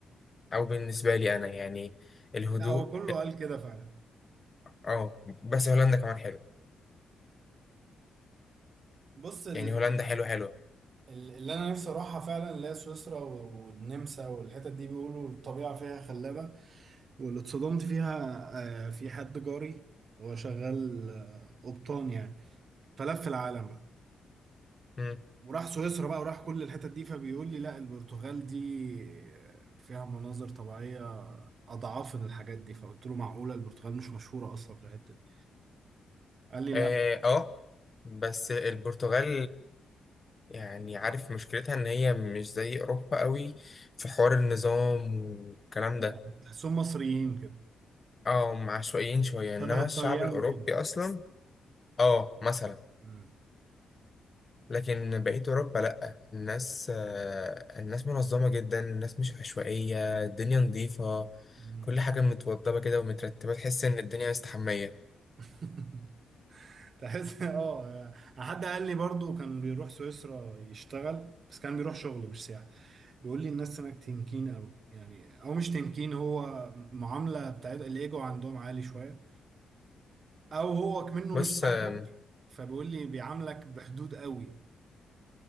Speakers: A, on the left; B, on the right.
A: او بالنسبه لي انا يعني الهدوء
B: لا هو كله قال كده فعلا
A: اه بس هولندا كمان حلو
B: بص ال-
A: يعني هولندا حلو حلو
B: ال- اللي انا نفسي اروحها فعلا اللي هي سويسرا و- والنمسا والحتت دي بيقولوا الطبيعه فيها خلابه واللي اتصدمت فيها آه، في حد جاري هو شغال آه، قبطان يعني فلف العالم بقى
A: امم
B: وراح سويسرا بقى وراح كل الحتت دي فبيقول لي لا البرتغال دي فيها مناظر طبيعية أضعافن الحاجات دي فقلت له معقولة البرتغال مش مشهورة أصلا في الحتة دي قال لي لا
A: اه آه، بس البرتغال يعني عارف مشكلتها ان هي مش زي اوروبا قوي في حوار النظام والكلام
B: آه،
A: ده
B: تحسهم مصريين كده
A: اه هم عشوائيين شويه انما
B: شبه الطليان
A: الشعب الاوروبي
B: كده
A: اصلا اه مثلا
B: مم.
A: لكن بقيه اوروبا لا الناس آه الناس منظمه جدا الناس مش عشوائيه الدنيا نظيفه
B: مم.
A: كل حاجه متوضبه كده ومترتبه تحس ان الدنيا مستحميه
B: <laughs> تحس اه يعني حد قال لي برضو كان بيروح سويسرا يشتغل بس كان بيروح شغل مش سياحة بيقول لي الناس هناك تنكين قوي يعني او مش تنكين هو معاملة بتاعت الايجو عندهم عالي شوية او هو كمنه
A: بص
B: مش عارفك
A: آه،
B: فبيقول لي بيعاملك بحدود قوي